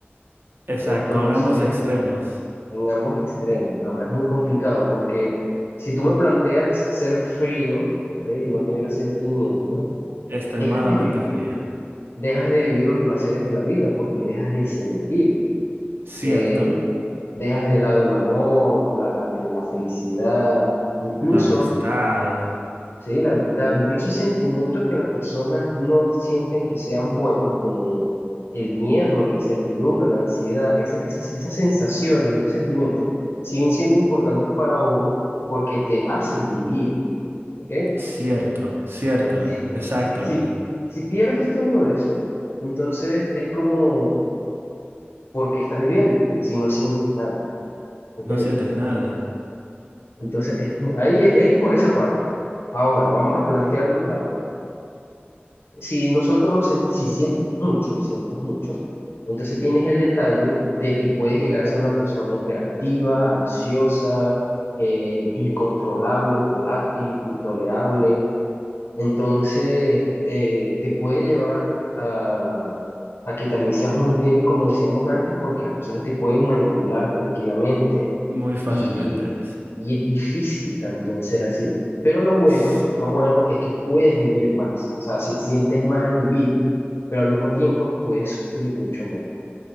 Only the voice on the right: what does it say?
Exacto,
en ambos extremos.
Extremadamente
fría.
Cierto,
la amistad.
Cierto, cierto,
exacto.
No sientes nada
muy fácilmente.
S-